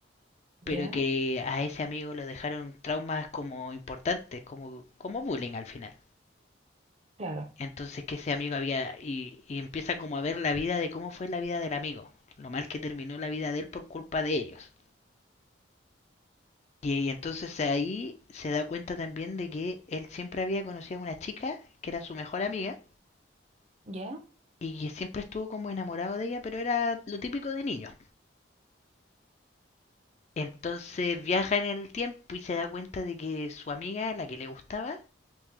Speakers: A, on the right; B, on the left.
A: Ya.
B: pero que a ese amigo le dejaron traumas como importantes, como, como bullying al final.
A: Claro.
B: Entonces que ese amigo había y, y empieza como a ver la vida de cómo fue la vida del amigo, lo mal que terminó la vida de él por culpa de ellos. Y entonces ahí se da cuenta también de que él siempre había conocido a una chica que era su mejor amiga
A: Ya.
B: y que siempre estuvo como enamorado de ella, pero era lo típico de niños. Entonces viaja en el tiempo y se da cuenta de que su amiga, la que le gustaba,